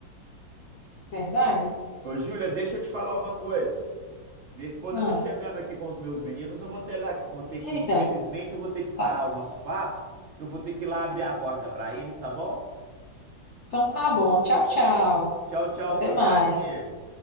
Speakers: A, on the left; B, on the right.
A: verdade.
B: Ô, Júlia, deixa eu te falar uma coisa. Minha esposa
A: Ah.
B: tá chegando aqui com os meus meninos. Eu vou ter, lá- vou ter que,
A: Eita,
B: infelizmente, eu vou ter que parar
A: tá.
B: o nosso papo, porque eu vou ter que ir lá abrir a porta para eles, tá bom?
A: Então tá bom. Tchau, tchau.
B: Tchau, tchau,
A: Até
B: foi
A: mais.
B: um prazer.